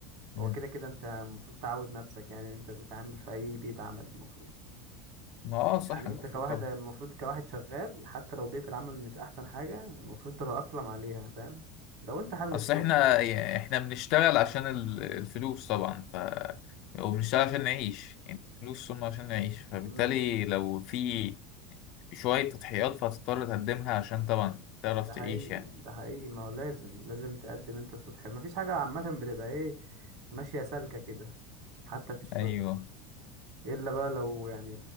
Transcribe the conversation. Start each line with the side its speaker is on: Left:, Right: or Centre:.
Left: مم.
Right: هو كده كده انت المفروض تعود نفسك يعني انت تتعامل في اي بيئة عمل المفروض
Left: ما اه صح
Right: يعني
Left: المفروض
Right: انت كواحد
Left: طبعا
Right: المفروض كواحد شغال حتى لو بيئة العمل مش احسن حاجة المفروض تتأقلم عليها فاهم لو انت حابب
Left: اصل
Right: الشغل
Left: احنا
Right: يعني
Left: احنا بنشتغل عشان ال- الفلوس طبعا ف وبنشتغل عشان نعيش يعني الفلوس ثم عشان نعيش فبالتالي
Right: امم
Left: لو في شوية تضحيات فهتضطر تقدمها عشان طبعا تعرف
Right: ده
Left: تعيش
Right: حقيقي
Left: يعني
Right: يعني، ده حقيقي ما هو لازم لازم تقدم انت التضحية مفيش حاجة عامة بتبقى ايه ماشية سالكة كده حتى في الشغل
Left: ايوه
Right: الا بقى لو يعني